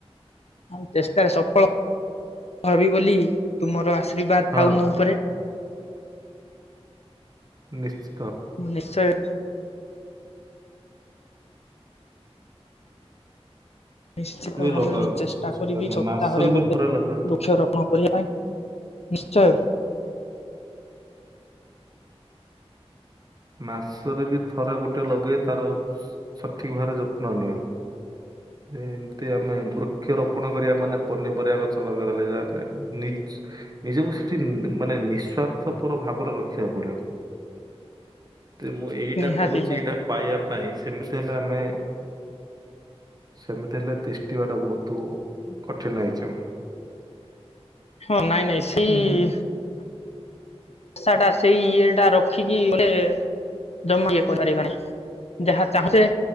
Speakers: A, on the left (about 75°); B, on the right (about 35°).
A: ଆଉ ଚେଷ୍ଟାରେ ସଫଳ ହେବି ବୋଲି ତୁମର ଆଶୀର୍ବାଦ
B: ହଁ
A: ଥାଉ ମୋ ଉପରେ
B: ନିିଶ୍ଚ
A: ନିଶ୍ଚୟ ନିଶ୍ଚିତ ଭାବରେ
B: ଲଗାଅ
A: ମୁଁ
B: କିଛି
A: ଚେଷ୍ଟା
B: ଅସୁବିଧା
A: କରିବି
B: ନାହିଁ
A: ସପ୍ତାହରେ
B: ମାସର
A: ଗୋଟେ
B: ବି ଥରେ ଲଗା
A: ବୃକ୍ଷରୋପଣ କରିବା ପାଇଁ ନିଶ୍ଚୟ
B: ମାସରେ ବି ଥରେ ଗୋଟେ ଲଗେଇ ତାର ସଠିକ୍ ଭାବରେ ଯତ୍ନ ନିଅ। ଯେ ଏମିତି ଆମେ ବୃକ୍ଷରୋପଣ କରିବା ମାନେ ପନିପରିବା ଗଛ ଲଗେଇଦଲେ ଯାହା ନି ନିଜକୁ ସେଠି ମାନେ ନିଃସ୍ଵାର୍ଥପର ଭାବରେ ରଖିବାକୁ ପଡିବ। ଯେ ମୁଁ ଏଇଟା
A: ନିହାତି
B: କରୁଛି
A: ଭାଇ
B: ଏଇଟା ପାଇବା ପାଇଁ ସେମିତି ହେଲେ ଆମେ ସେମିତି ହେଲେ ତିଷ୍ଟିବା ଟା ବହୁତ୍ କଠିନ ହେଇଯିବ।
A: ହଁ ନାଇଁ ନାଇଁ ସେଏ
B: ହୁଁ
A: ଆଶା ଟା ସେଇ ଇଏ ଟା ରଖିକି ଶେ ଜମା ଇଏ କରିପାରିବାନି ଯାହା ଚାହୁଁଛ